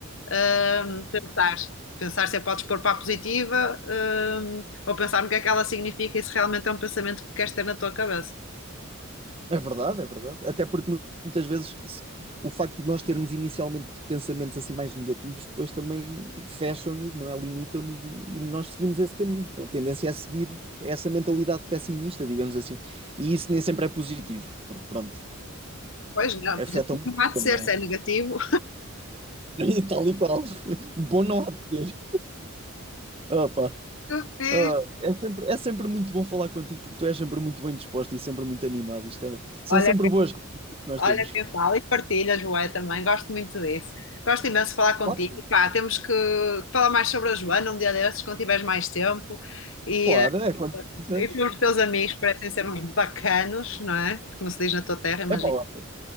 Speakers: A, on the left (about 60°); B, on the right (about 25°).
A: hum, pensar, pensar se a podes pôr para a positiva, hum, ou pensar no que é que ela significa e se realmente é um pensamento que queres ter na tua cabeça.
B: É verdade, é verdade. Até porque mu- muitas vezes se- o facto de nós termos inicialmente pensamentos assim mais negativos, depois também fecham-nos, não é? Limitam-nos e, e nós seguimos esse caminho. A tendência é seguir essa mentalidade pessimista, digamos assim. E isso nem sempre é positivo, porque pronto,
A: Pois não, positivo
B: afeta muito,
A: não há de ser,
B: não
A: se
B: é?
A: é negativo.
B: <laughs> E tal e qual. Bom não há de ser. Opa.
A: <laughs> Eu fiz.
B: Ah, é sempre, é sempre muito bom falar contigo, porque tu és sempre muito bem disposto e sempre muito animado. Isto é- são
A: Olha,
B: sempre
A: quem-
B: boas que nós
A: olha
B: temos.
A: quem fala e partilha, Joé, também. Gosto muito disso. Gosto imenso de falar contigo.
B: Claro que sim.
A: Pá, temos que, que falar mais sobre a Joana um dia desses, quando tiveres mais tempo. E,
B: Claro, é quando quiseres.
A: E pelos teus amigos parecem ser uns bacanos, não é? Como se diz na tua terra, imagina.
B: É pá, olha,